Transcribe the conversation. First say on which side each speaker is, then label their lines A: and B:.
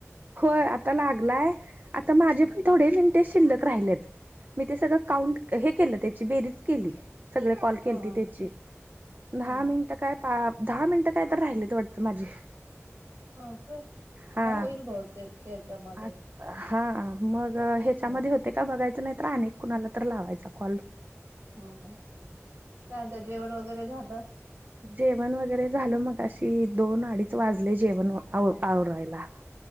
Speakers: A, on the right; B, on the right.
A: होय आता लागलाय, आता माझे
B: हा
A: पण थोडे मिनटे शिल्लक राहिलेत. मी ते सगळं काउंट, हे केलं त्याची बेरीज केली. सगळे कॉल
B: हा
A: केलते त्याची,
B: हा
A: दहा मिनटं कायऽ हां, दहा मिनटं काय तर राहिलीच वाटतं माझी.
B: हो का,
A: हा
B: मग होईल बहुतेक ह्याच्यामध्ये.
A: आ हा, मग ह्याच्यामध्ये
B: हो.
A: होते का बघायचं, नाही तर अनेक कुणाला तर लावायचा कॉल.
B: हं.. हं, चालतंय जेवण वगैरे झालं?
A: जेवण वगैरे झालं, मगाशी दोन अडीच वाजले जेवण आवरायला.